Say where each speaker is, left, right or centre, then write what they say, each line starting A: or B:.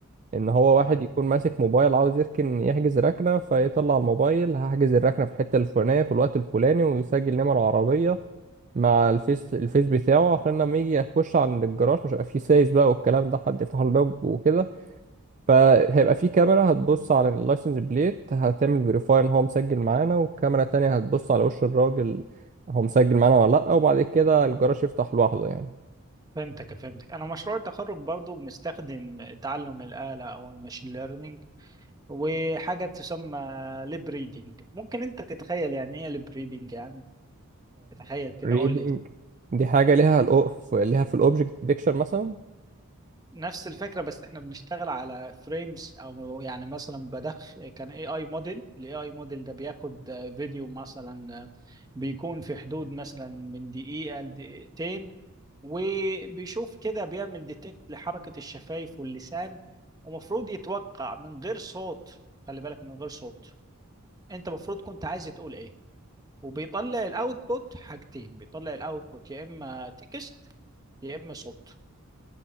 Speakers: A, on the right; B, on the right.
A: ان هو
B: تمام
A: واحد يكون ماسك موبايل عاوز يركن يحجز ركنة فيطلع الموبايل هحجز الركنة في الحتة الفلانية في الوقت الفلاني ويسجل نمر عربية مع الفيس الفيس بتاعه عشان لما يجي يخش على الجراج مش هيبقى فيه سايس بقى والكلام ده حد يفتح له الباب وكده فهيبقى فيه كاميرا هتبص على اللايسنس بليت هتعمل فيريفاي ان هو مسجل معانا والكاميرا التانية هتبص على وش الراجل هو مسجل معانا ولا لأ وبعد كده الجراج يفتح لوحده يعني
B: فهمتك فهمتك انا مشروع التخرج برضو بنستخدم تعلم الآلة او الماشين ليرنينج وحاجة تسمى ليب ريدنج ممكن انت تتخيل يعني ايه ليب ريدنج يعني تتخيل كده
A: الريدنج
B: قول لي
A: دي حاجة ليها الأوف ليها في الأوبجكت ديتكشن مثلا
B: نفس الفكرة بس احنا بنشتغل على فريمز او يعني مثلا بدخ كان اي اي موديل الاي اي موديل ده بياخد فيديو مثلا بيكون في حدود مثلا من دقيقة لدقيقتين وبيشوف كده بيعمل ديتكت لحركة الشفايف واللسان ومفروض يتوقع من غير صوت خلي بالك من غير صوت انت المفروض كنت عايز تقول ايه وبيطلع الاوتبوت حاجتين بيطلع الاوتبوت يا اما تكست يا اما صوت